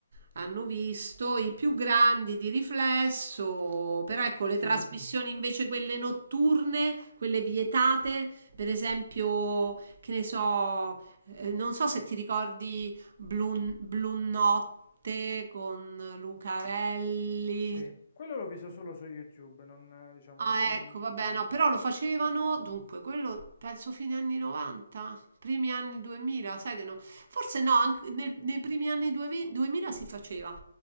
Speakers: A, on the right; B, on the left.
A: hanno visto, i più grandi di riflesso, però ecco, le
B: Sì,
A: trasmissioni invece quelle notturne, quelle vietate, per esempio, che ne so, eh, non so se ti ricordi Blu, Blu Notte con Lucarelli.
B: sì. Quello l'ho visto solo su YouTube, non, eh, diciamo,
A: Ah,
B: l'ho con...
A: ecco,
B: non-
A: vabbè, no, però lo facevano, dunque, quello penso fine anni 90, primi anni 2000, sai che no, forse no, anche nel- nei primi anni 2000 si faceva.